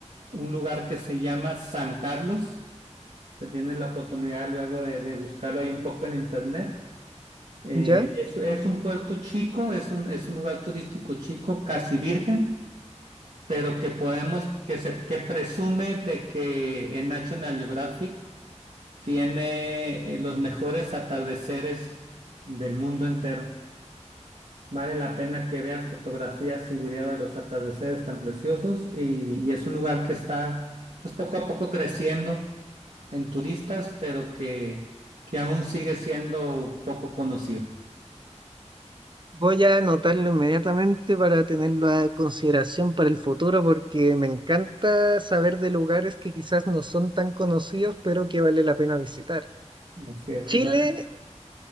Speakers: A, on the right; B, on the right.
A: un lugar que se llama San Carlos. Te tienes la oportunidad luego de, de buscarlo ahí un poco en internet. Eh,
B: ¿Ya?
A: es, es un puerto chico, es un, es un lugar turístico chico, casi virgen, pero que podemos, que se, que presume de que en National Geographic Tiene eh, los mejores atardeceres del mundo entero. Vale la pena que veas fotografías y videos de los atardeceres tan preciosos y, y es un lugar que está pues, poco a poco creciendo en turistas, pero que, que aún sigue siendo poco conocido.
B: Voy a anotarlo inmediatamente para tenerlo a consideración para el futuro porque me encanta saber de lugares que quizás no son tan conocidos, pero que vale la pena visitar.
A: Así es.
B: Chile,
A: vale.